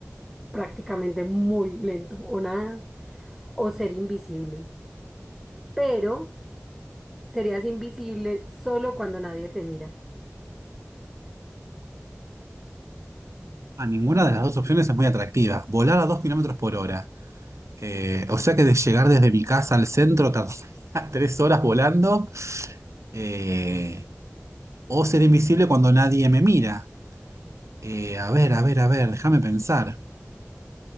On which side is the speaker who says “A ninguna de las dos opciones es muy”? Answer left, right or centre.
Right